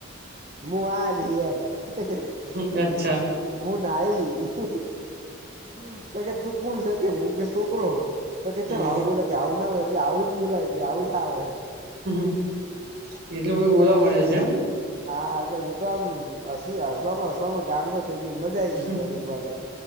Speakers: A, on the right; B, on the right.
A: <unintelligible>
B: હમ અચ્છા
A: <unintelligible> તો કે
B: હમ
A: છેમ આવું બોલાય કે આવું ના બો કે આવું જ બોલાય કે આવું જ આવે.
B: એટલું બધું બોલાવા મળે છે.
A: હા એટલે હું તો આમ હસી હસવામાં હસવામાં ગાંડો. <unintelligible> મજા આઈ ગઈ
B: એમ
A: ઘડીક વાર તો